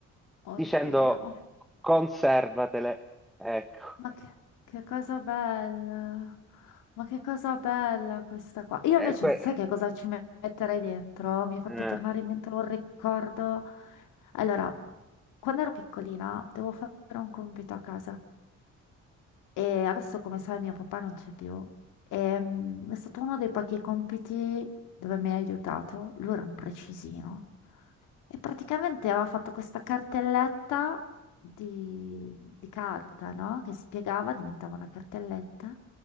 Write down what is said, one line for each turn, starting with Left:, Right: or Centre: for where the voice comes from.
Left: Oddio.
Centre: dicendo conservatele. Ecco,
Left: Ma che, che cosa bella. Ma che cosa bella questa qua. Io invece,
Centre: E que-
Left: sai che cosa ci metterei dentro? Mi hai fatto
Centre: eh.
Left: tornare in mente un ricordo. Allora, quando ero piccolina, dovevo fare un compito a casa. E adesso, come sai, mio papà non c'è più. E, mm, è stato uno dei pochi compiti dove mi ha aiutato. Lui era un precisino. E praticamente aveva fatto questa cartelletta di, di carta, no? Che spiegava, diventava una cartelletta.